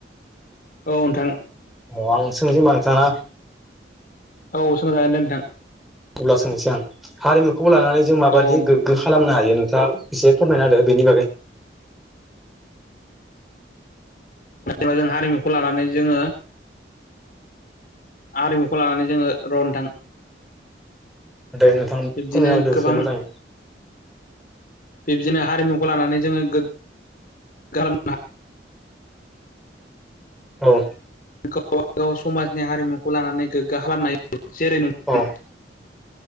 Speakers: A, on the left; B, in the centre.
A: औ नोंथां
B: अ आं सोंनोसै होनबा नोंथां ना
A: औ सोंजागोन दे नोंथां
B: अब्ला सोंनोसै आं हारिमुखौ लानानै जों माबायदि
A: औ नोंथां
B: गोग्गो खालामनो हायो नों दा एसे फोरमायना होदो बेनि बागै
A: बा जों हारिमुखौ लानानै जोङो। आरिमुखौ लानानै जोङो र' नोंथां
B: दे नोंथां
A: बिब्दिनो
B: फोरमायना होदों
A: गोबां
B: एसे मोजां
A: बिब्दिनो हारिमुखौ लानानै जोङो गोग्ग खालामनो।
B: औ
A: गावबागाव समाजनि हारिमुखौ लानानै गोग्गा खालामनाय जेरै नोंथां
B: औ